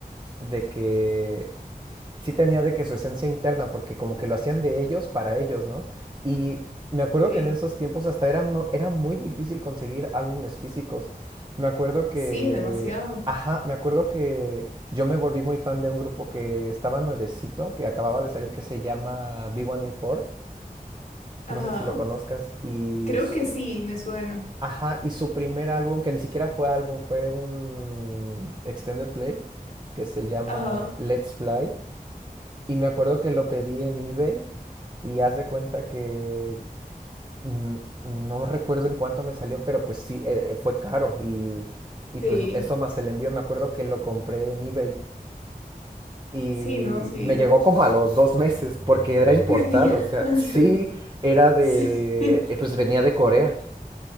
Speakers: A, on the right; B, on the left.
A: de que sí tenía de que su esencia interna, porque como que lo hacían de ellos para ellos, ¿no? Y me acuerdo
B: sí.
A: que en esos tiempos hasta era, era muy difícil conseguir álbumes físicos. Me acuerdo que...
B: Sí, demasiado.
A: Ajá, me acuerdo que yo me volví muy fan de un grupo que estaba nuevecito, que acababa de salir, que se llama B1A4.
B: Ajá.
A: No sé si lo conozcas. Y...
B: Creo que sí, me suena.
A: Ajá, y su primer álbum, que ni siquiera fue álbum, fue un extended play, que se llama
B: Ajá.
A: Let's Fly. Y me acuerdo que lo pedí en eBay y haz de cuenta que mm, no recuerdo en cuánto me salió, pero pues sí, eh, eh, fue caro y, y
B: Sí.
A: pues eso más el envío, me acuerdo que lo compré en eBay y
B: Sí, no, sí.
A: me llegó como a los dos meses porque era importado,
B: <laughs> Diantre.
A: o sea, sí era de,
B: Sí.
A: eh, pues venía de Corea.